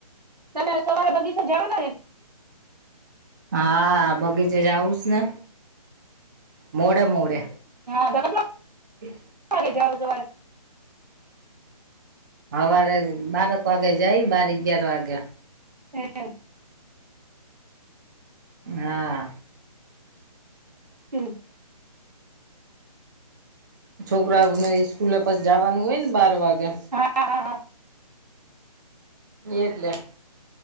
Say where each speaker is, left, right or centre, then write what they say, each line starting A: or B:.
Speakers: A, on the right (about 85°); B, on the right (about 30°).
A: તમે સવારે બગીચા જવાના હે.?
B: હા, બગીચે જાઉ સને મોડે મોડે.
A: હા બરાબર!
B: હ
A: રે જાઓ તમારે
B: હવારે બારક વાગે જાય બાર અગગયાર વાગે.
A: હા
B: હા
A: હમ!
B: છોકરાને ઈસ્કૂલે પછ જવાનું હોય ને બાર વાગે.
A: હા હા હા
B: એ એટલે